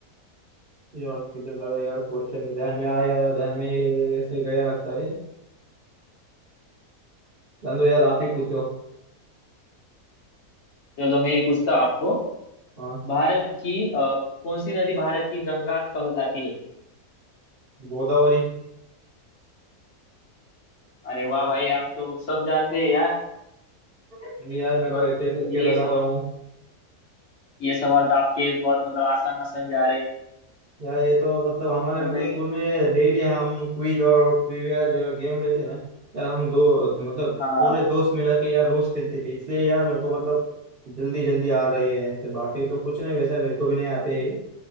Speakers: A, on the right; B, on the left.
A: यार किधर गया यार क्वेश्चन ध्यान में आया ध्यान में ऐसे गया लगता है जान दो यार आप ही पूछो
B: चलो मैं ही पूछता हूँ आपको
A: हाँ
B: भारत की अ, कौन सी नदी भारत की गंगा कहलाती है
A: गोदावरी
B: अरे वाह भाई आप तो सब जानते हैं यार
A: नहीं यार मैं
B: बहुत
A: तो ऐसे तुक्के
B: ये
A: लगा
B: सवाल
A: रहा हूँ।
B: ये सवाल तो आपके बहुत मतलब आसान आसान जा रहे हैं
A: यार ये तो मतलब हमारे
B: चलो
A: मतलब
B: ये-
A: स्कूल में डेली हम क्विज और, और ट्रिविया जो गेम रहते हैं ना यार हम दो, दो मतलब
B: हाँ
A: पूरे दोस्त मिला के यार रोज खेलते थे इसलिए यार मेरे को मतलब जल्दी जल्दी आ रही है आंसर बाकी तो कुछ नहीं वैसा मेरे को भी नहीं आते हैं